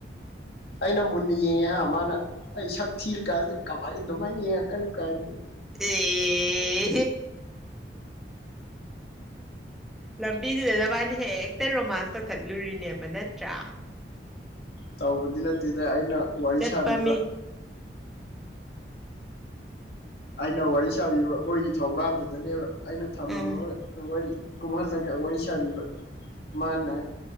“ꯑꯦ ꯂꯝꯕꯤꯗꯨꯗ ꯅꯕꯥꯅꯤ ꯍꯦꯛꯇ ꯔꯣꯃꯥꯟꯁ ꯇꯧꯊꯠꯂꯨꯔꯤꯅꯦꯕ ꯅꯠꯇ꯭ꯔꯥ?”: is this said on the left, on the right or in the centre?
Centre